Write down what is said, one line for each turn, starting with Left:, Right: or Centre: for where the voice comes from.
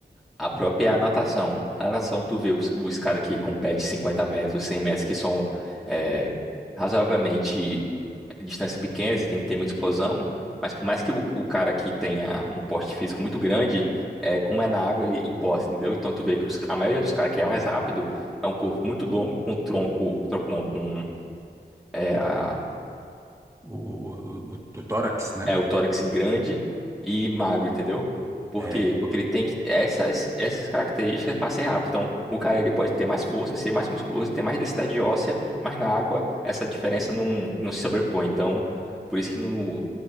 Centre: A
Right: qual?
Centre: própria natação. A natação, tu vê os, os caras que competem 50 metros, 100 metros, que são é, razoavelmente distâncias pequenas e tem que ter muita explosão, mas por mais que o, o cara que tenha um porte físico muito grande, é, como é na água, ele imposta, entendeu? Então tu vê que os- a maioria dos caras que é mais rápido é um corpo muito longo, com tronco, tronco não, com é, a,
Right: O, o, o, o- o tórax, né?
Centre: É o tórax grande e magro, entendeu? Por
Right: É.
Centre: quê? Porque ele tem que essas essas características para ser rápido. Então, o cara ele pode ter mais força, ser mais musculoso, ter mais densidade óssea, mas na água essa diferença não, não se sobrepõe. Então, por isso que no